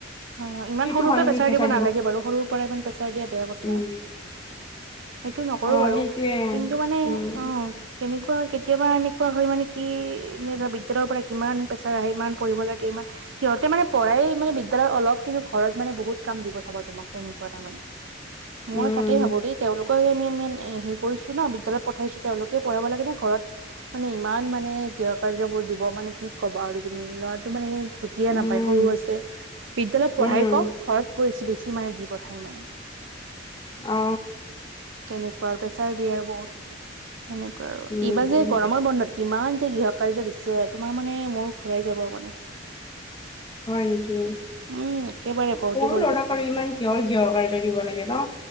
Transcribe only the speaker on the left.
সেইটো
মানসিক
হেঁচা
উম
অ
সেইটোৱে
উম
উম
উম
উম
অ
উম
উম
হয় নেকি
সৰু
লৰাক
আৰু ইমান কিয়ৰ গৃহ কাৰ্য দিব লাগে ন।